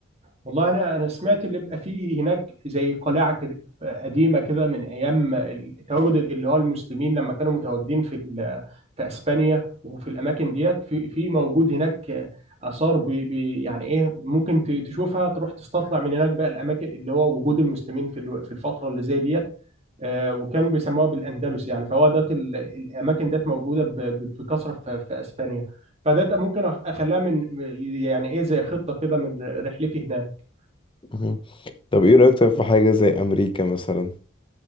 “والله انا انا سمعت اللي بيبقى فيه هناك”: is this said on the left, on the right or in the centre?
Right